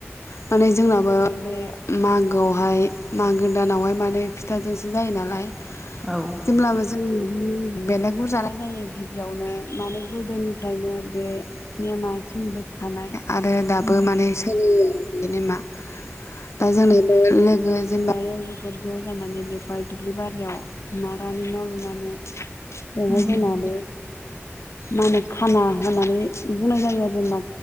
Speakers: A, on the left (about 75°); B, in the centre.
A: माने जोंनाबो बे मागोआवहाय मागो दानावहाय माने फिथाजोंसो जायो नालाय जेब्लाबो
B: औ
A: जों बेलागुरजानाय जायो गिबियावनो माने गोदोनिफ्रायनो बे नेमा सोमलिबोखानाय आदा दाबो
B: उम
A: माने सोलियो बिनेमा दा जों बिदिनो <inaudible> ज' जानानै बेवहाय दुब्लि बारियाव नारानि न' लुनानै <inaudible>
B: उम
A: बिमाबो मा होनो खाना होननानै बुंनाय जायो आरो जेंना